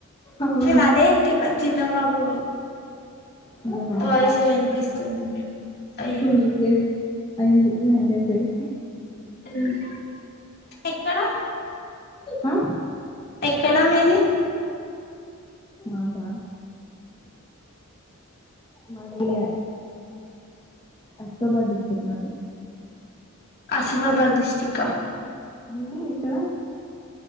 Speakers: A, on the left; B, on the left.
A: అవును
B: నేను అదే అంటున్న చిన్న బాబు
A: చిన్న బాబు
B: వాయిస్ వినిపిస్తుంది అయ్యో
A: టూ ఇయర్స్ అయింది మ్యారేజ్ అయి
B: మ్మ్ ఎక్కడ
A: ఆ
B: ఎక్కడా మీది
A: అదా మరి అస్బాద్ డిస్ట్రిక్ట్ మరి
B: ఆసిమాబాద్ స్ట్ర
A: మీది ఎక్కడ